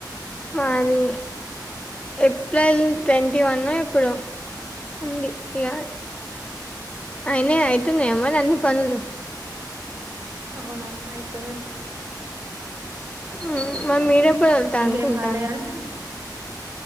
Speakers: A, on the left (about 15°); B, on the right (about 25°).
A: మాది... ఏప్రిల్ ట్వన్ ఇవల్న ఎప్పుడో ఉంది ఇగ అయినయ అయితున్నాయ మరి అన్ని పనులు
B: ఆ ఔనఔను అయితున్నాయి.
A: ఊ... మరి మీరు ఎప్పుడు వెళ్తాననుకుంటారు
B: ఇంకేం కాలే గాని